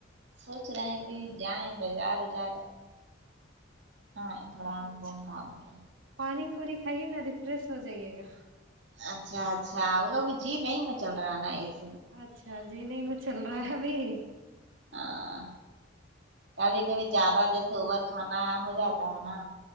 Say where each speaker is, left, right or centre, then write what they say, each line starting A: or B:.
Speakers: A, on the right; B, on the right.
A: سوچ رہے ہیں کہ جائیں بازار وزار ہاں تھوڑا
B: اچھا
A: گھوم گھام کے
B: پانی پوری کھائیے نا ریفریش ہو جائیے گا
A: اچھا اچھا انہوں بھی جی نہیں میں چل رہا نا اس
B: اچھا جی نہیں مچل رہا ہے ابھی
A: ہاں کبھی کبھی زیادہ جیسے اوور کھانا ہو جاتا ہے نا